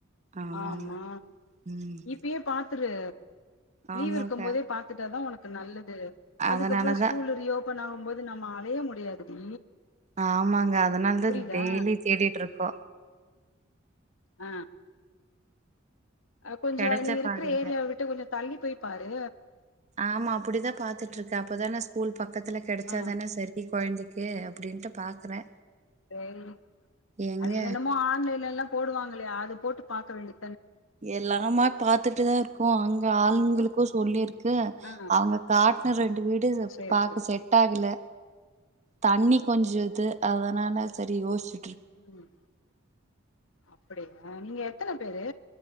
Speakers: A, on the right; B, on the left.
A: ஆமாமா
B: ஆமா
A: ம்
B: இப்பயே பாத்து ரு
A: ஆமாங்க
B: லீவ் இருக்கும் போதே பாத்துட்டா தான் உனக்கு நல்ல து
A: அதனாலதா
B: அதுக்கப்புறோ ஸ்கூலு ரீயோபன் ஆகும்போது அது நம்ம அலைய முடியாதுடி
A: ஆமாங்க அதனால
B: புரியுதா?
A: தா டெய்லி தேடிட்ருக்கோ
B: அ அ கொஞ்சோ
A: கெடச்ச
B: நீ இருக்குற
A: பாடில்ல
B: ஏரியாவ விட்டு கொஞ்சோ தள்ளி போய் பாரு
A: ஆமா அப்படிதா பாத்துட்ருக்கே அப்பதானா ஸ்கூல் பக் க்கத்துல கெடச்சா
B: ஆ
A: தானே செரி கொழந்தைக் ஓகே அப்டின்ட்டு பாக்குறே
B: செரி
A: எங்க
B: அது என்னென்னமோ ஆன்லைன்ல லா போடுவாங்களே அது போட்டு பாக்க வேண்டி
A: எல்லாமோ பாத்துட்டு தா ருக்குகோ அங் ஆள்ன்களுக்கு சொல்லிருக் கு
B: ஆ
A: அவுங்க காட் ன் ரெண் வீடு ச
B: சரி,
A: பாக்க
B: சரி.
A: செட் ஆகல தண்ணி கொஞ்சு இது அதனால செரி யோசிச்சுட்
B: உம் அப்படியா நீங்க எத்தன பேரு